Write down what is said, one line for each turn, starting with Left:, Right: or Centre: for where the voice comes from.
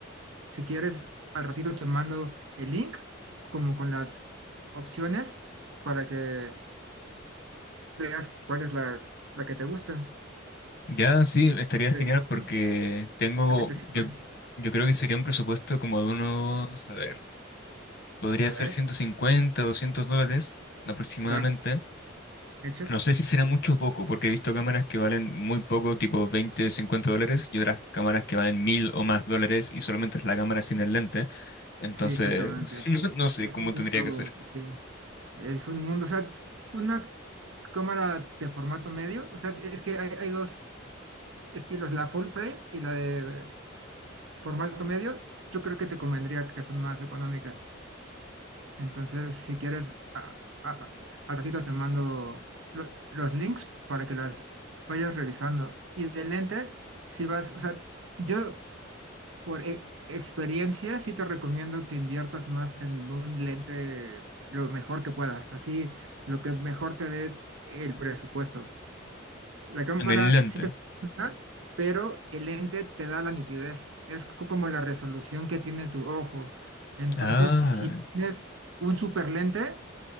Right: Si quieres, al ratito te mando el link, como con las opciones, para que veas cuál es la, la que te gusta.
Left: Ya sí,
Right: Eh,
Left: estaría genial
Right: eh,
Left: porque
Right: sí,
Left: tengo,
Right: la que te sirve.
Left: yo, yo creo que sería un presupuesto como de unos, a ver, podría
Right: A
Left: ser
Right: ver,
Left: 150, 200 dólares aproximadamente
Right: va, hecho.
Left: No sé si será mucho o poco, porque he visto cámaras que valen muy poco, tipo 20, 50 dólares, y otras cámaras que valen mil o más dólares y solamente es la cámara sin el lente. Entonces,
Right: Sí, exactamente.
Left: <laughs> no, no sé
Right: Es
Left: cómo
Right: un
Left: tendría
Right: mundo,
Left: que ser.
Right: sí, es un mundo, o sea, una cámara de formato medio, o sea, es que hay, hay dos estilos, la full frame y la de formato medio, yo creo que te convendría que son más económicas. Entonces, si quieres, a- a- al ratito te mando lo- los links para que las vayas revisando. Y de lentes, si vas, o sea, yo por e- experiencia sí te recomiendo que inviertas más en un lente lo mejor que puedas, así lo que mejor te dé el presupuesto. La cámara
Left: En el lente.
Right: sí te funciona, pero el lente te da la nitidez. Es co- como la resolución que tiene tu ojo. Entonces,
Left: Ah,
Right: si tienes un super lente,